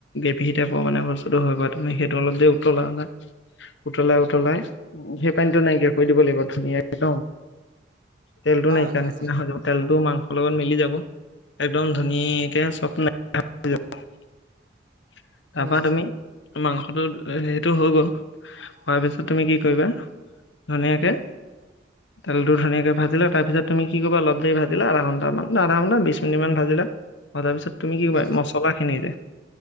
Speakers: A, on the left; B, on the right.
A: মিহি টাইপৰ মানে বস্তুটো হয়গৈ তাৰে সেইটো অলপ দেৰি উতলা। উতলাই উতলাই উম সেই পানীটো নাইকিয়া কৰি দিব লাগিব ধুনীয়াকে নহ। তেলটো নাইকিয়া
B: অ
A: নিচিনা
B: অ
A: হৈ যাব তেলটো মাংস। লগত মিলি যাব একদম ধুনীয়াকে স্বপ্ন। <unintelligible> তাৰপৰা
B: উম
A: তুমি মাংসটো হেৰিটো হৈ গ'ল। হোৱাৰ পিছত তুমি কি কৰিবা ধুনীয়াকে। তেলটো ধুনীয়াকে ভাজিলা তাৰপিছত তুমি কি কৰিবা অলপ দেৰি ভাজিলা আধা ঘণ্টামান আধা ঘণ্টা বিশ মিনিট মান ভাজিলা। অ তাৰপিছত তুমি কি কৰিবা
B: উম
A: মছলা খিনি দে।